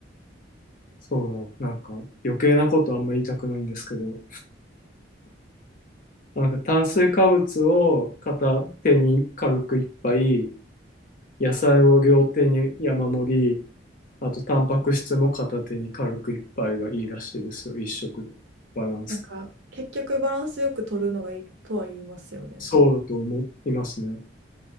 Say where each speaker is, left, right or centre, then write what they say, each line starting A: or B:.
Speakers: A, on the left (about 45°); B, on the right (about 75°).
A: そうだ。なんか、余計なことあんま言いたくないんですけど。なんか炭水化物を片手に軽く一杯、野菜を両手に山盛り、あとタンパク質も片手に軽く一杯がいいらしいですよ、一食で。バランス。
B: なんか、結局バランスよく取るのがいいとは言いますよね。
A: そうだと思いますね。